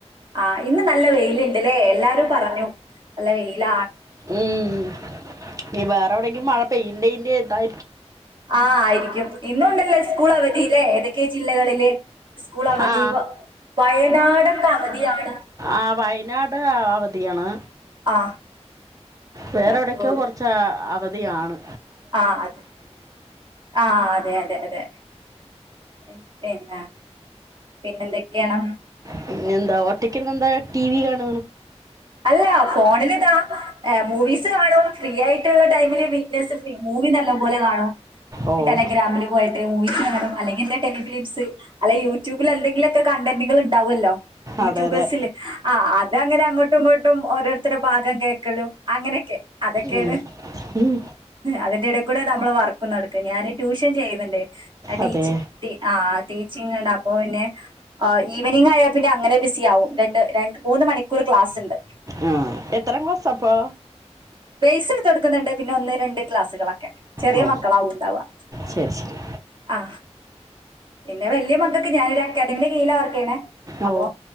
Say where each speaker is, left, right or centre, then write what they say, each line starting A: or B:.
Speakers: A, on the right; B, on the right.
A: ആ ഇന്ന് നല്ല വെയിലുണ്ട്ല്ലേ എല്ലാരും പറഞ്ഞു നല്ല വെയില
B: ഉം വേറെ എവിടെങ്കിലും മഴ പെയ്യന്റെയിന്റെ ടൈ
A: ആആയിരിക്കും ഇന്നണ്ടല്ലേ സ്കൂൾ അവ ല്ലേ ഏതൊക്കെ ജില്ലകളില് സ്കൂൾ അവധിവ
B: ആ
A: വയനാട് അവധിയാണ്
B: ആ വയനാട് അവധി ധിയാണ്
A: ആ
B: വേറെടക്കോ
A: ഏ, ഓ
B: കുറച്ച അവ ആണ്
A: ആ അതെ ആ അതെ അതെ അതെ പിന്നെന്നാ പിന്നെ എന്തൊക്കെയെയാണ്
B: പിന്നെ എന്താ ഒറ്റക്കന്ന എന്താ ടി വി കാണ
A: അല്ല ഫോണിൽതാ മൂവീസ് കാണും ഫ്രീ ആയിട്ടുള്ള ടൈമില് വീറ്റ്നസ് ഫീ മൂവി നല്ല പോലെ കാണും
B: ഓ
A: ടെലിഗ്രാമില് പോയിട്ട് മൂവീസ് കാണും അല്ലെങ്കി എന്റെ ടെലിഫിലിംസ് അല്ലെ യൂട്യൂബിൽ എന്തെങ്കിലുമക്കെ കണ്ടന്റുകൾണ്ടാവുമല്ലോ യൂട്യൂബേഴസിൽ
B: അതെ അതെ
A: ആ അതങ്ങനെ തട്ടുംട്ടും ഓരോരുത്തരുടെ ഭാഗം കേൾക്കലും അങ്ങനെയൊക്കെ അതൊക്കെയാണ്
B: ഉം. ഉം,
A: അതിന്റെ ഇട കൂടെ നമ്മള് വർക്ക് നടക്കും ഞാന് ട്യൂഷൻ ചെയ്യുന്നുണ്ട് ടീച്ച
B: അതെ
A: ആ ടീച്ച അപ്പോ പിന്നെ ഈവനിംഗ ആയാൽ പിന്നെ അങ്ങനെ ബിസി ആവും രണ്ട് ര മൂന്നു മണിക്കൂർ ക്ലാസ് ഉണ്ട്
B: ആ എത്രാം ക്ലാസ് അപ്പോ
A: പേസ് എടുത്ത് കൊടുക്കുന്നുണ്ട് പിന്നെ ഒന്ന് രണ്ട് ക്ലാസ്സുകളൊക്കെ ചെറിയ
B: ഓ
A: മക്കളാവുണ്ടവാ
B: ശരി ശരി
A: ആ പിന്നെ വലിയ മക്കൊക്കെ ഞാനൊരു അക്കാദമിന്റെ കീഴയില വർക്ക്‌ ചെയ്യേനെ
B: ഓ
A: അപ്പൊ